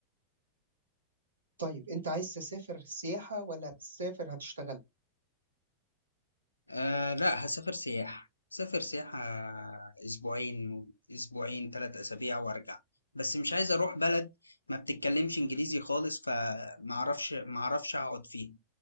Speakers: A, on the right (about 75°); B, on the left (about 85°).
A: طيب انت عايز تسافر سياحة ولا هتسافر هتشتغل
B: آه لا هسافر سياحة سافر سياحة أسبوعين أسبوعين ثلاث أسابيع وأرجع بس مش عايز أروح بلد ما بتتكلمش إنجليزي خالص فمعرفش معرفش أقعد فيها